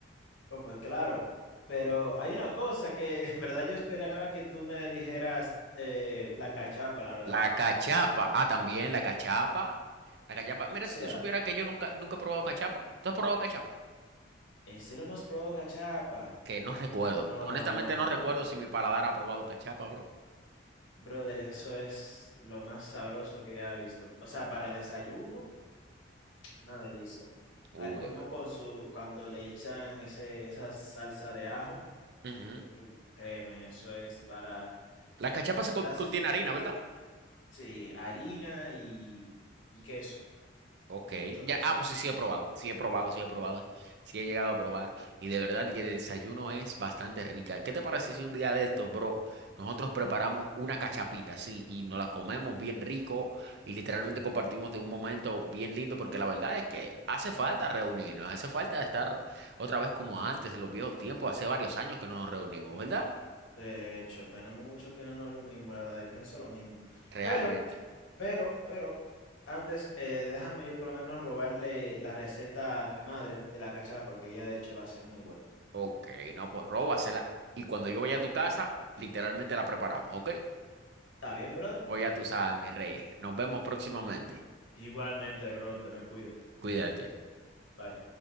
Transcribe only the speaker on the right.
La cachapa, ah, también la cachapa. La cachapa, mira,
si tú supieras que yo nunca, nunca he probado cachapa, ¿tú has probado cachapa?
Que no recuerdo.
Honestamente no recuerdo si mi paladar ha probado cachapa, bro.
Uy,
man.
Ujú.
La cachapa se
con-
contiene
harina, ¿verdad?
Ok,
ya,
ah, pues sí, sí he probado, sí he probado, sí he probado, sí he llegado a probar y de verdad que el desayuno es bastante rica. ¿Qué te parece si un día de estos, bro, nosotros preparamos una cachapita, sí, y nos la comemos bien rico y literalmente compartimos de un momento bien lindo porque la verdad es que hace falta reunirnos, hace falta estar otra vez como antes en los viejos tiempos, hace varios años que no nos reunimos, ¿verdad?
Realmente.
Ok, no, pues róbasela y cuando yo vaya a tu casa, literalmente la preparamos, ¿ok?
Pues ya tú sabes, mi rey. Nos vemos próximamente.
Cuídate.